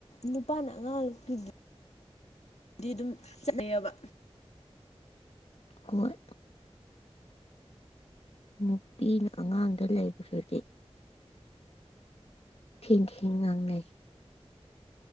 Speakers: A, on the left; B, on the left.
A: ꯅꯨꯄꯥꯅ ꯑꯉꯥꯡꯗꯨ ꯗꯤ ꯑꯗꯨꯝ ꯆꯠꯅꯩꯑꯕ
B: ꯍꯣꯏ ꯅꯨꯄꯤꯅ ꯑꯉꯥꯡꯗ ꯂꯩꯕꯗꯨꯗꯤ ꯊꯦꯡ ꯊꯦꯡ ꯉꯥꯡꯉꯩ